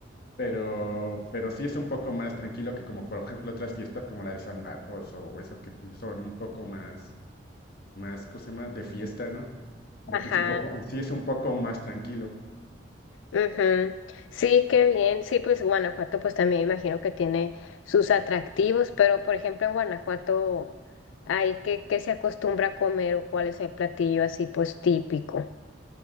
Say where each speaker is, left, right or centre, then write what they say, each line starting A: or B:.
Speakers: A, on the left (about 55°); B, on the left (about 85°).
A: pero, pero sí es un poco más tranquilo que como por ejemplo otras fiestas como la de San Marcos o, o esas que sí son un poco más, más, ¿cómo se llama? De fiesta, ¿no? De
B: Ajá,
A: aquí es un poco, o sí es un poco más tranquilo.
B: ujú. Sí, qué bien. Sí, pues Guanajuato, pues también imagino que tiene sus atractivos, pero por ejemplo en Guanajuato, hay qué qué se acostumbra a comer o cuál es el platillo así pues típico?